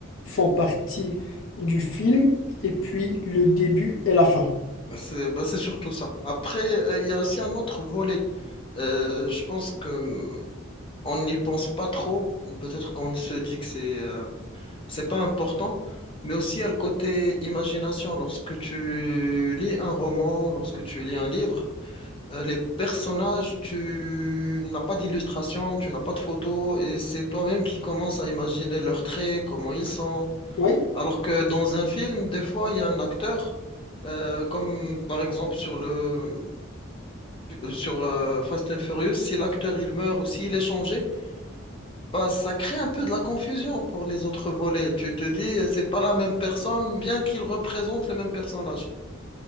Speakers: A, on the left; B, on the left.
A: font partie du film, et puis le début et la fin.
B: C'est bah, c'est surtout ça. Après, euh, il y a aussi un autre volet. Euh, je pense que hum, on n'y pense pas trop. Peut-être qu'on se dit que c'est euh, c'est pas important, mais aussi il y a le côté imagination. Lorsque tu lis un roman, lorsque tu lis un livre, Euh, les personnages, tu n'as pas d'illustration, tu n'as pas de photos, et c'est toi-même qui commences à imaginer leurs traits, comment ils sont.
A: Oui,
B: Alors que dans un film, des fois, il y a un acteur, euh, comme par exemple sur le sur euh, Fast and Furious, si l'acteur il meurt ou s'il est changé, bah ça crée un peu de la confusion pour les autres volets. Tu te dis, euh, c'est pas la même personne, bien qu'il représente le même personnage.